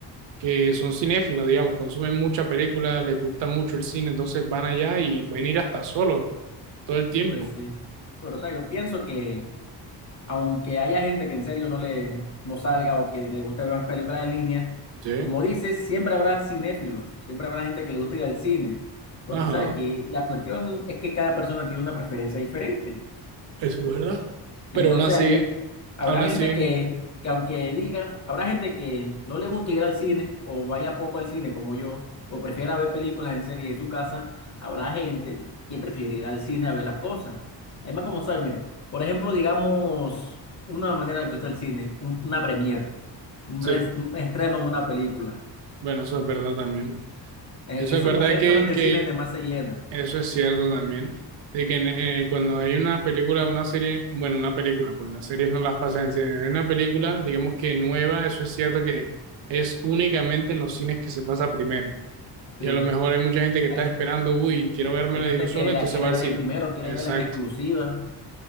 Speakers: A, on the right; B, on the left.
A: que son cinéfilos, digamos, consumen mucha película, les gusta mucho el cine, entonces van allá y pueden ir hasta solo todo el tiempo.
B: pues sí. Pero o sea, yo pienso que aunque haya gente que en serio no le no salga o que le guste ver más películas en línea,
A: Sí,
B: como dices, siempre habrá cinéfilos, siempre habrá gente que le guste ir al cine, porque
A: ajá,
B: sabe que la cuestión es que cada persona tiene una preferencia diferente.
A: eso es verdad. Pero
B: Y entonces
A: aún así,
B: hay- habrá
A: aún
B: gente
A: así,
B: que, que aunque diga, habrá gente que no le gusta ir al cine o vaya poco al cine como yo, o prefiera ver películas en serie en su casa, habrá gente que prefiere ir al cine a ver las cosas. Además, como sabes, mira, por ejemplo, digamos, una manera de que usa el cine, un- una premiere, un,
A: sí,
B: res- un estreno de una película.
A: bueno, eso es verdad también.
B: En
A: Eso
B: esos
A: es verdad
B: momentos
A: que,
B: donde
A: que
B: el cine es de más se llena.
A: Eso es cierto también, de que en- eh, cuando hay una película, una serie, bueno, una película, porque las series no las pasan en cine, hay una película, digamos que nueva, eso es cierto que es únicamente en los cines que se pasa primero.
B: Sí.
A: Y a lo mejor hay mucha gente que
B: Hay,
A: está esperando, uy, quiero vérmela
B: hay gente
A: de un solo,
B: que
A: entonces
B: la quiere
A: va al
B: ver
A: cine.
B: de primero, quiere
A: Exacto.
B: verla en exclusiva,